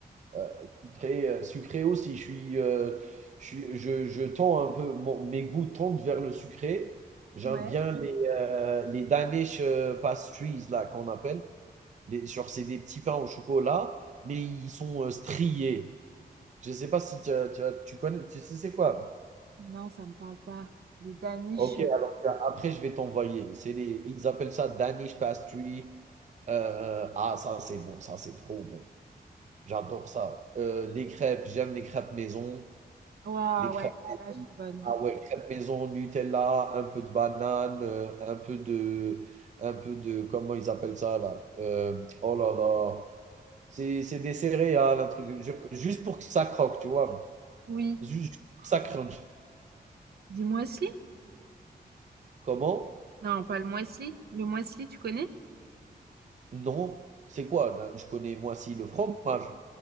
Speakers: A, on the right (about 45°); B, on the right (about 80°).
A: Heu, sucré, heu, sucré aussi, je suis, heu, je suis je je tends un peu mon mes goûts tendent vers le sucré. J'aime
B: Ouais.
A: bien les, heu, les Danish, heu, pastries là qu'on appelle. Les genre c'est des petits pains au chocolat, mais ils sont, heu, striés. Je sais pas si tu as tu as tu connais tu sais c'est quoi?
B: Non, ça me parle pas. Les daniches.
A: Ok,
B: euh,
A: alors tu as- après je vais t'envoyer. C'est les, ils appellent ça Danish pastry. Euh, ah, ça c'est bon, ça c'est trop bon. J'adore ça. Euh, les crêpes, j'aime les crêpes maison.
B: Ouah,
A: Les crêpes
B: ouais, celles-là elles
A: maison.
B: sont bonnes.
A: Ah ouais, crêpes maison, Nutella, un peu de banane, euh, un peu de, un peu de, comment ils appellent ça là? Euh, oh là là, c'est, c'est des céréales, un truc, jure que- juste pour que ça croque, tu vois.
B: Oui.
A: Ju- Juste pour que ça crunch.
B: Du muesli?
A: Comment?
B: Non, pas le muesli. Le muesli, tu connais?
A: Non, c'est quoi? Là, je connais moi si le fromage.